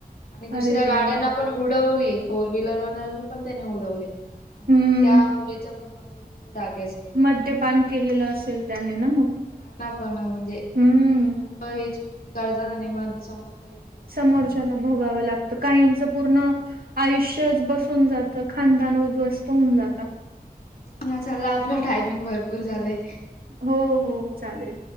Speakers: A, on the left; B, on the right.
A: आणि दुसऱ्या
B: अरे
A: गाड्यांना
B: देवा
A: पण उडवली, फोर व्हीलरवाल्याला पण त्यानी उडवली.
B: हम्म
A: त्या मुलीचा पूर्ण जीव म्हणजे जागेच गेला.
B: मद्यपान केलेलं असेल त्यानी ना मग.
A: बघांना पण, म्हणजे म्हणजे
B: हम्म
A: ते लोक हेच चुकी करतात आणि मग समोरच्या व्यक्ती
B: समोरच्याला भोगावं लागतं. काहींचं पूर्ण आयुष्यच बसून जातं. खानदान उद्ध्वस्त होऊन जातं.
A: तेच ना, चला आपला टायमिंग भरपूर झालंय.
B: हो हो, चालेल.